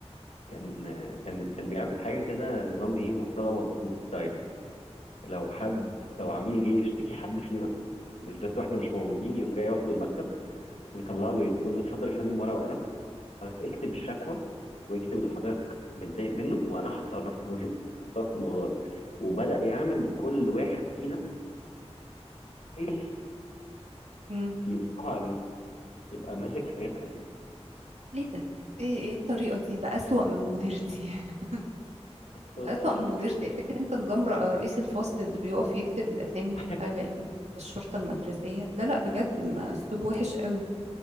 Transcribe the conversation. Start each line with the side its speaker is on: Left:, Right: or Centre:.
Left: كان آه، كان كان بيعمل حاجه كده نظام ايه مرتضى منصور ستايل لو حد لو عميل جه يشتكي حد فينا بالذات واحنا مش موجودين
Right: امم
Left: يقوم جاي واخده المكتب ويطلع له يقول له اتفضل يا فندم ورقه وقلم حضرتك اكتب الشكوى واكتب اللي حضرتك متضايق منه وانا هتصرف له <laughs> هتصرف في الموضوع ده وبدأ يعمل كل واحد فينا فايل
Right: امم
Left: يمسكه عليه يبقى ماسك حاجات عليه
Right: ليه ده ايه ايه الطريقه دي ده اسوأ من مديرتي <laughs>
Left: والله
Right: ده اسوأ
Left: يعني
Right: من مديرتي فاكر انت نظام رئ- رئيس الفصل اللي بيقف يكتب الاسامي بتاع
Left: <laughs>
Right: العيال الشرطه المدرسيه لا لا بجد ما اسلوب وحش قوي